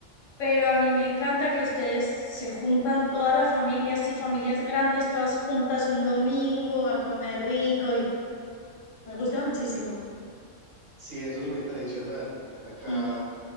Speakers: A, on the left; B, on the right.
A: pero a mí me encanta que ustedes se juntan toda la familia, así familias grandes, todas juntas un domingo a comer rico y me gusta muchísimo.
B: Sí, eso es muy tradicional. Acá,
A: Mm.